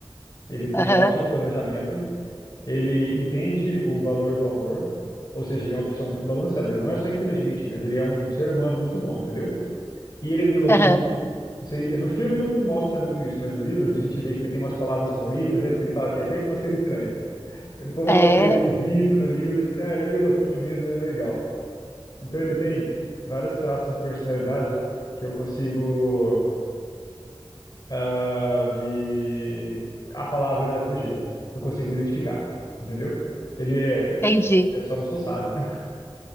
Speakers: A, on the left (about 45°); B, on the left (about 25°).
A: ele tem
B: Aham,
A: ótimo planejamento Ele entende o valor do amor, ou seja, ele é uma pessoa muito balanceada. Ele não é só inteligente, mas ele é um ser humano muito bom, entendeu? E ele é meio louquinho.
B: aham.
A: Não sei, no filme não mostra muito isso, mas nos livros a gente vê que ele tem umas palavras favoritas, lembra? Que ele fala que é sempre umas coisas estranhas. O povo
B: É,
A: fala que ele é esquisito no livro, ele diz assim, ah, ele é meio louquinho mesmo, ele é legal. Então ele tem vários traços de personalidade que eu consigo ah, me... A palavra fugiu, que eu consigo me identificar, entendeu? Ele é
B: entendi,
A: Eu só não sou sábio. <laughs>